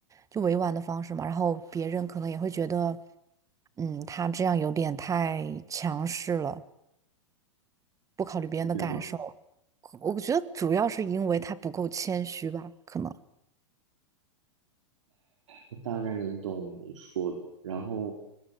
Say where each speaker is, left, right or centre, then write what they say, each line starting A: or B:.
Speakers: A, on the right (about 20°); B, on the right (about 75°).
A: 就委婉的方式嘛。然后别人可能也会觉得，嗯，他这样有点太强势了，不考虑别人的感受。
B: 是这样
A: 我觉得主要是因为他不够谦虚吧，可能。
B: 我大概能懂你说的。然后，